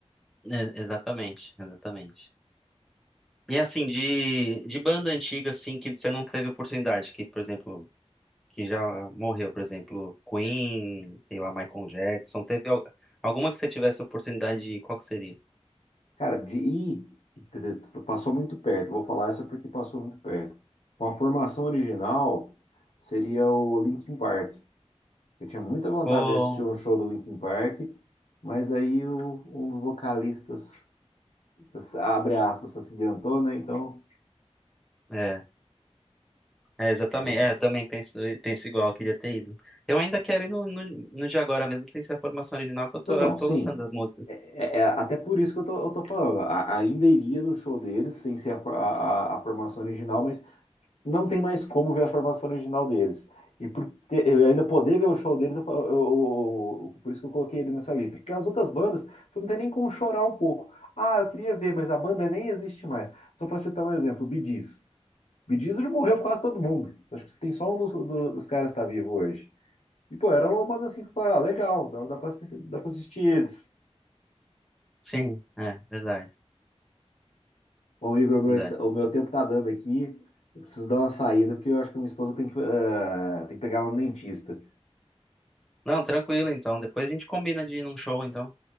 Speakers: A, in the centre; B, on the left.
A: É, exatamente, exatamente. E assim, de, de banda antiga, assim, que você não teve oportunidade, que, por exemplo, que já morreu, por exemplo, Queen, sei lá, Michael Jackson, teve al- alguma que você tivesse oportunidade de ir, qual que seria?
B: Cara, de ir, passou muito perto. Vou falar essa porque passou muito perto. Uma formação original seria o Linkin Park. Eu tinha muita vontade
A: Pô,
B: de assistir um show do Linkin Park, mas aí o- um dos vocalistas, se- se- abre aspas, se acidentou, né? Então.
A: é, é, exatamente,
B: é,
A: é, eu também penso, penso igual, eu queria ter ido. Eu ainda quero ir no, no, no de agora, mesmo sem ser a formação original, que eu tô,
B: Não, não,
A: eu tô
B: sim.
A: gostando das músicas.
B: É, é- é até por isso que eu tô, eu tô falando. A- ainda iria no show deles, sem ser a, for- a, a a formação original, mas não tem mais como ver a formação original deles. E por ter- eu ainda poder ver o show deles, eu, fa- eu- eu- por isso que eu coloquei ele nessa lista. Porque as outras bandas, você não tem nem como chorar um pouco. Ah, eu queria ver, mas a banda nem existe mais. Só para citar um exemplo, o Bee Gees. Bee Gees já morreu quase todo mundo. Acho que tem só um dos, do- dos caras que está vivo hoje. E, pô, era uma banda assim que falava, ah, legal, dá, dá para assistir, dá pra assistir eles.
A: Sim, é, verdade,
B: Bom, Igor, meu-
A: verdade.
B: o meu tempo tá dando aqui. Eu preciso dar uma saída, porque eu acho que minha esposa tem que, eh, tem que pegar ela no dentista.
A: Não, tranquilo, então, depois a gente combina de ir num show, então.